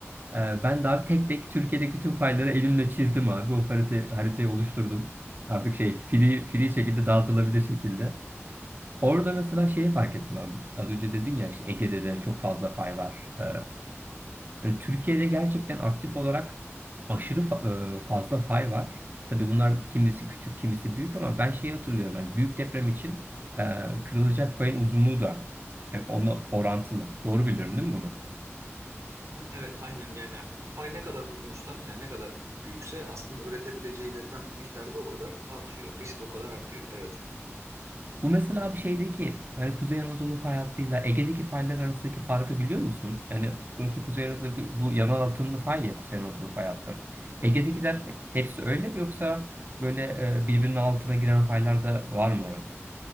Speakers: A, on the right; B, on the right.
A: Ee, ben de abi tek tek Türkiye'deki tüm fayları elimle çizdim abi. O harita, haritayı oluşturdum. Artık şey free, free şekilde dağıtılabilir şekilde. Orada mesela şeyi fark ettim abi. Az önce dedin ya işte Ege'de de çok fazla fay var. Ee, yani Türkiye'de gerçekten aktif olarak aşırı fa- e, fazla fay var. Tabii bunlar kimisi küçük, kimisi büyük ama ben şeyi hatırlıyorum. Yani büyük deprem için e, kırılacak payın uzunluğu da e, ona orantılı. Doğru biliyorum değil mi bunu?
B: Ha, Evet aynen yani pay ne kadar uzunsa yani ne kadar büyükse aslında üretebileceği deprem miktarı da o kadar artıyor. Risk o kadar artıyor evet.
A: Bu mesela bir şeydeki yani Kuzey Anadolu fay hattıyla Ege'deki faylar arasındaki farkı biliyor musun? Yani sonuçta Kuzey Anadolu bu yanal atımlı fay ya Kuzey Anadolu fay hattı. Ege'dekiler hepsi öyle mi yoksa böyle e, birbirinin altına giren faylar da var mı orada?